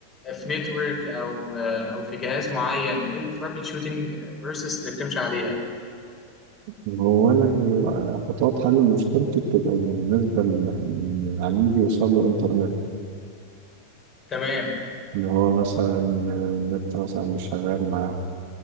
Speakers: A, on the left; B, on the right.
A: في نتورك او آه، او في جهاز معين ايه الترابل شوتنج بروسيس اللي بتمشي عليها
B: هو أنا ال- خطوات حل مشكلتي بتبقى بالنسبة ل- لعميل يوصل له إنترنت
A: تمام
B: اللي هو مثلا النت مثلا مش شغال معاه